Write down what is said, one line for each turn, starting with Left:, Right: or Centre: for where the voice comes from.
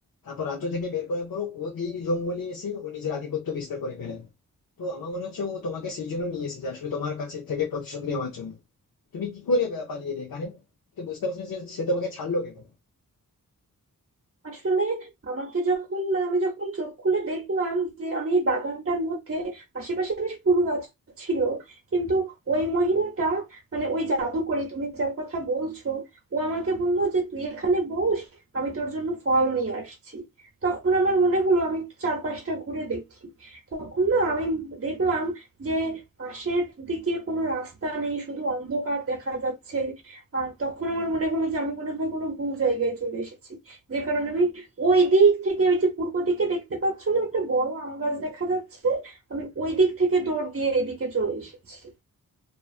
Left: তারপর রাজ্য থেকে বের করার পর ও এই জঙ্গলে এসে ও নিজের আধিপত্য বিস্তার করে ফেলে তো আমার মনে হচ্ছে ও তোমাকে সেই জন্য নিয়ে এসেছে আসলে তোমার কাছে থেকে প্রতিশোধ নেওয়ার জন্য তুমি কি করে বা- পালিয়ে এলে কারণ তুমি বুঝতে পারছো না যে সে তোমাকে ছাড়লো কেন
Right: আসলে আমাকে যখন মানে আমি যখন চোখ খুলে দেখলাম যে আমি এই বাগানটার মধ্যে আশেপাশে বেশ ফুল গাছ ছিল কিন্তু ওই মহিলাটা মানে ওই জাদুকরি তুমি যার কথা বলছো ও আমাকে বললো যে তুই এখানে বস আমি তোর জন্য ফল নিয়ে আসছি তখন আমার মনে হলো আমি একটু চারপাশটা ঘুরে দেখি তখন না আমি দেখলাম যে পাশের দিকে কোনো রাস্তা নেই শুধু অন্ধকার দেখা যাচ্ছে আর তখন আমার মনে হলো যে আমি মনে হয় কোনো ভুল জায়গায় চলে এসেছি যে কারণে আমি ওই দিক থেকে ওই যে পূর্ব দিকে দেখতে পাচ্ছ না একটা বড় আম গাছ দেখা যাচ্ছে আমি ওই দিক থেকে দৌড় দিয়ে এদিকে চলে এসেছি